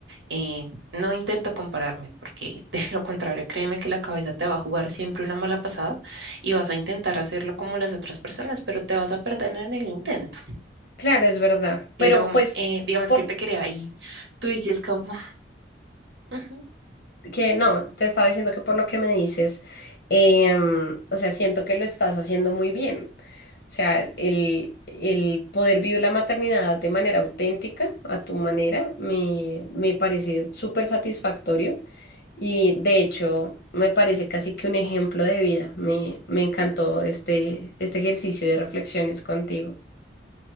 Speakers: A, on the right; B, on the left.
A: eh, no intento compararme, porque <laughs> de lo contrario, créeme que la cabeza te va a jugar siempre una mala pasada y vas a intentar hacerlo como las otras personas, pero te vas a perder en el intento.
B: Claro, es verdad.
A: Pero
B: Pero pues,
A: eh, digamos
B: por,
A: que te quería ahí, tú dices como... <laughs>
B: que no, te estaba diciendo que por lo que me dices, em, o sea, siento que lo estás haciendo muy bien. O sea, el, el poder vivir la maternidad de manera auténtica, a tu manera, me, me parece súper satisfactorio y de hecho me parece casi que un ejemplo de vida. Me, me encantó este, este ejercicio de reflexiones contigo.